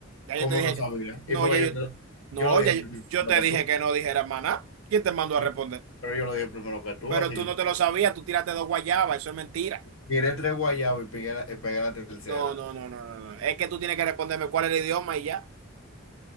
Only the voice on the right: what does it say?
Ya
yo te dije
que.
No,
ya yo.
No,
ya yo,
yo te
dije
que no dijeras más nada. ¿Quién te mandó a
responder?
Pero
tú
no te lo sabías. Tú tiraste dos guayabas. Eso es mentira.
No, no, no, no, no. no. Es que tú tienes que responderme cuál es el idioma y ya.